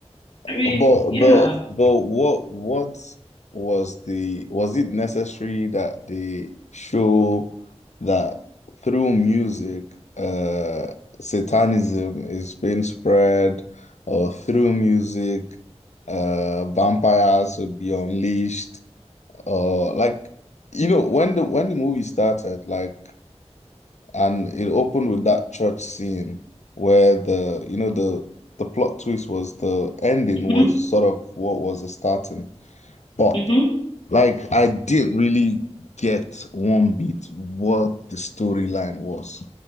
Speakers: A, on the left (about 50°); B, on the left (about 80°).
A: I mean,
B: but
A: yeah.
B: but but what what was the was it necessary that they show that through music uh satanism is being spread or through music uh vampires would be unleashed or like you know when the when the movie started like And it opened with that church scene where the, you know, the the plot twist was the ending
A: hmm
B: was sort of what was the starting. But
A: hmm
B: like I didn't really get one bit what the storyline was.